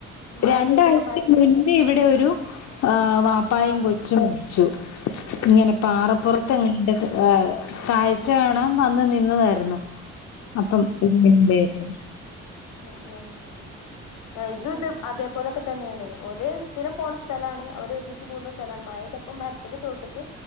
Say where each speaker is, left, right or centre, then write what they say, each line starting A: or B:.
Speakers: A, on the left (about 80°); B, on the left (about 65°).
A: മഴ
B: രണ്ടാഴ്ച്ച
A: പെയ്തപ്പോ മര
B: മുന്നേ ഇവിടെ ഒരു ആ വാപ്പായയും
A: ആഹ്
B: കൊച്ചും മരിച്ചു ഇങ്ങനെ പാറപ്പുറത്ത്ങ്ങണ്ട് ഹ് കാഴ്ച കാണാൻ വന്ന് നിന്നതായിരുന്നു അപ്പം ഇടിമിന്നൽ ഏറ്റു
A: ഓ ഓ ഹേ ഇതും ഇതും അത് ഇതേപോലെക്കെ തന്നെയാണ് ഓല് സ്ഥിര പോണ സ്ഥലാണ് അവര് ഒരുമിച്ച് കൂടുന്ന സ്ഥലാണ് മഴപെയ്തപ്പം മരത്തിന്റെ ചുവട്ട്ക്ക്